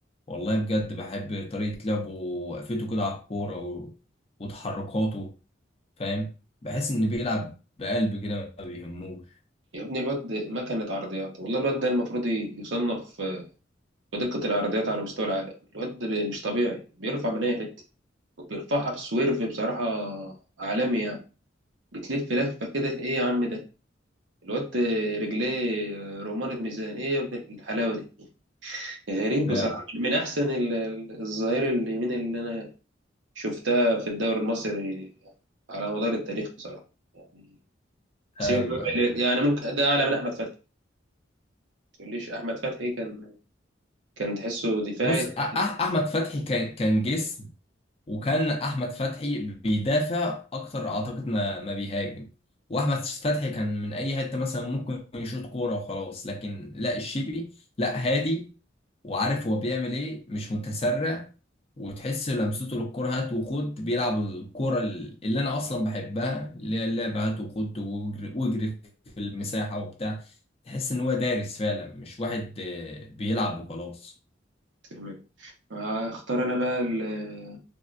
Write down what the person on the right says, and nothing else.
يا ابني الواد مكنة عرضيات والله الواد ده المفروض يصنف بدقة العرضيات على مستوى العالم الواد مش طبيعي بيرفع من أي حتة وبيرفعها بسويرف بصراحة عالمي يعني بتلف لفة كده إيه يا عم ده الواد رجليه رمانة ميزان إيه يا ابن الحلاوة دي غريب بصراحة
من أحسن ال- ال- الظهير اليمين اللي أنا شفتها في الدوري المصري على مدار التاريخ بصراحة يعني سيبك
بقى-
من- يعني ممكن ده أعلى من أحمد فتحي ما تقوليش أحمد فتحي كان كان تحسه دفاعي
لحد
تمام هختار انا بقى ال-